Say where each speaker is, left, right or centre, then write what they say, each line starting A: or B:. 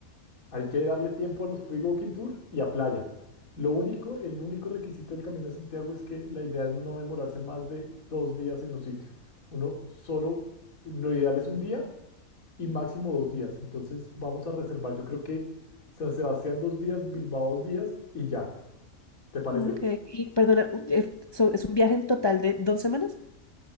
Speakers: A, on the left; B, on the left.
A: Hay que darle tiempo a los Free Walking Tour y a playa. Lo único, el único requisito del Camino de Santiago es que la idea es no demorarse más de dos días en un sitio. Uno solo, lo ideal es un día y máximo dos días. Entonces vamos a reservar, yo creo que San Sebastián dos días, Bilbao dos días y ya. ¿Te parece?
B: Ok. Y perdona, u- eh, so- ¿es un viaje en total de dos semanas?